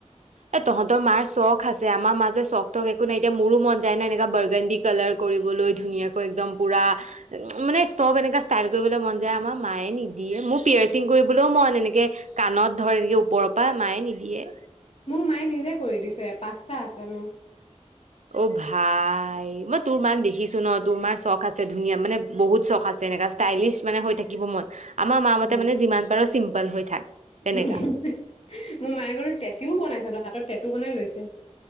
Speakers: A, on the right; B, on the left.
A: এ তহঁতৰ মাৰ চখ আছে। আমাৰ মা যে চখ তখ একো নাই, এতিয়া মোৰো মন যায় ন এনো বাৰগাণ্ডি কালাৰ কৰিবলৈ, ধুনীয়াকৈ একদম পুৰা মানে চব এনেকা ষ্টাইল কৰিবলৈ মন যায়, আমাৰ মায়ে নিদিয়ে মোৰ পিয়াৰচিং কৰিবলৈও মন এনেকে কাণত ধৰ এনেকে ওপৰৰ পৰা মায়ে নিদিয়ে।
B: মোক মায়ে নিজে কৰি দিছে, পাঁচটা আছে মোৰ।
A: অ ভাই মই তোৰ মাক দেখিছো ন, তোৰ মাৰ চখ আছে ধুনীয়া মানে বহুত চখ আছে এনেকাা ষ্টাইলিছ মানে হৈ থাকিব মন। আমাৰ
B: উম
A: মতে মানে যিমান পাৰোঁ চিম্পল। ল হৈ থাক তেনেকা
B: মোৰ মায়ে বাৰু টেঁটু বনাইছে, তই হাতত তেটেঁটুও বনাই লৈছে।